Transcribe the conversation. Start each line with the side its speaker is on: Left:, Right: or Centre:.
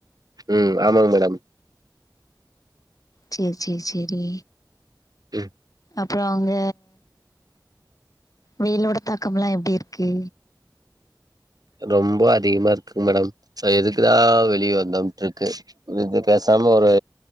Right: உம் ஆமாங் மேடம்
Left: செரி செரி செரி
Right: ம்
Left: அப்புறோ அங்க வெயிலோட தாக்கம்ல்லா எப்டி இருக்கு
Right: ரொம்ப அதிகமா இருக்குங் மேடம் சே எதுக்குதா வெளியே வந்தம்ட்ருக்கு இதுக்கு பேசாம ஒரு